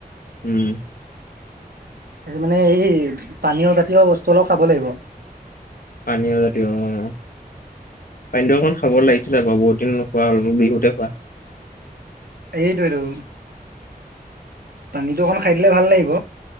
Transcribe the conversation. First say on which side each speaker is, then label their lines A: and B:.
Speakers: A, on the left (about 65°); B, on the right (about 75°).
A: উম
B: আজি মানে এই পানীয় জাতীয় বস্তু অলপ খাব লাগিব।
A: পানীয় জাতীয় অহঁ পানীটো অকন খাব লাগে। বহুতদিন নোখোৱা হ'ল মোৰ বিহুতে খোৱা
B: এইটোৱেতোঁ পানীটো অকন খাই দিলে ভাল লাগিব।